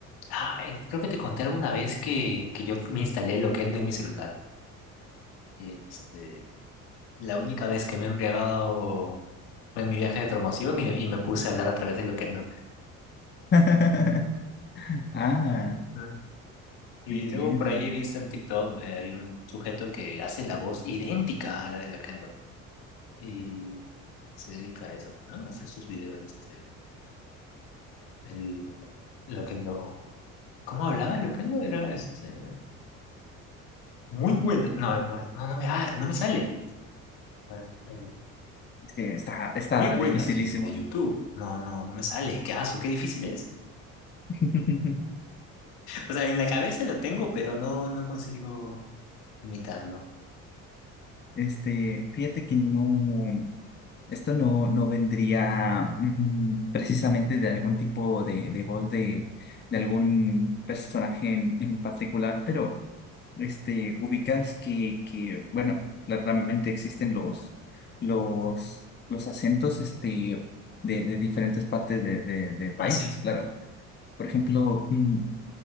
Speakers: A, on the left; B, on the left.
A: Ah, eh, creo que te conté alguna vez que, que yo me instalé el Loquendo en mi celular. Este, la única vez que me he embriagado fue en mi viaje de promoción y, y me puse a hablar a través de lo que no.
B: <laughs> Ah,
A: Ah. Y
B: entiendo.
A: luego por ahí he visto en TikTok, eh, hay un sujeto que hace la voz idéntica a la de Loquendo. Y se dedica a eso, pues, ¿no? A hacer sus videos. Este, el Loquendo. ¿Cómo hablaba el Loquendo? Era este, muy buena. No, ¿cómo es? No, no me, ah, no me sale. A ver, eh,
B: Eh, está, está
A: muy buenas,
B: dificilísimo.
A: gente de YouTube. No, no, no me sale. Qué aso, qué difícil es.
B: <laughs>
A: O sea, en la cabeza lo tengo, pero no, no consigo imitarlo.
B: Este, fíjate que no, esto no, no vendría mm, precisamente de algún tipo de, de voz de, de algún personaje en, en particular, pero este, ubicas que, que, bueno, claramente existen los, los, los acentos este, de, de diferentes partes de, de- de países,
A: Ah, sí.
B: claro. Por ejemplo, mm,